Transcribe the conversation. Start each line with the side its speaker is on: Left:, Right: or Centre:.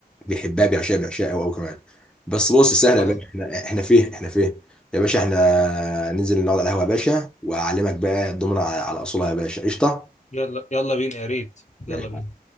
Centre: بيحبها بيعشقها بيعشقها قوي قوي كمان بس بص سهله
Left: خلاص
Centre: يا باشا احنا احنا فين احنا فين يا باشا احنا ننزل نقعد على القهوه يا باشا واعلمك بقى الضمنه على على اصولها يا باشا قشطه
Left: يلا يلا بينا يا ريت
Centre: ماشي
Left: يلا بينا